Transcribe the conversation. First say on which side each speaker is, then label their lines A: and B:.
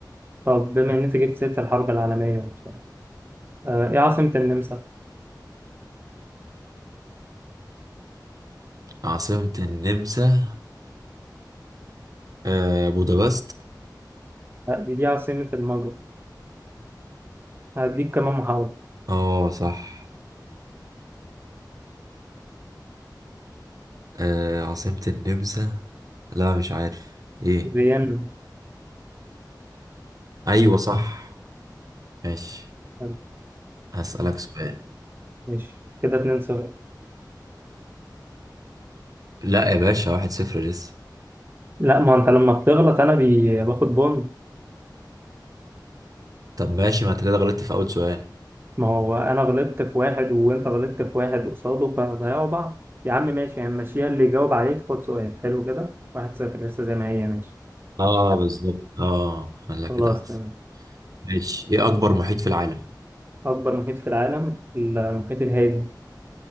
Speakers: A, on the right (about 30°); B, on the right (about 55°).
A: طب بما إن أنت جبت سيرة الحرب العالمية وبتاع آه إيه عاصمة النمسا؟
B: عاصمة النمسا آه... بودابست
A: لا، دي دي عاصمة المجر هديك كمان محاولة
B: اه صح آه... عاصمة النمسا لا مش عارف ايه
A: فيينا
B: ايوه صح ماشي
A: حلو،
B: هسألك سؤال
A: ماشي كده اتنين صفر
B: لا يا باشا واحد صفر لسه
A: لا ما انت لما بتغلط انا بي... باخد بونت
B: طب ماشي ما انت كده غلطت في اول سؤال
A: ما هو انا غلطت في واحد وانت غلطت في واحد قصاده فهنضيعوا بعض يا عم ماشي يعني ماشيها اللي يجاوب عليه تاخد سؤال حلو كده واحد صفر لسه زي ما هي ماشي
B: اه بالظبط اه خليها
A: خلاص
B: كده احسن
A: تمام
B: ماشي ايه اكبر محيط في العالم
A: اكبر محيط في العالم المحيط الهادي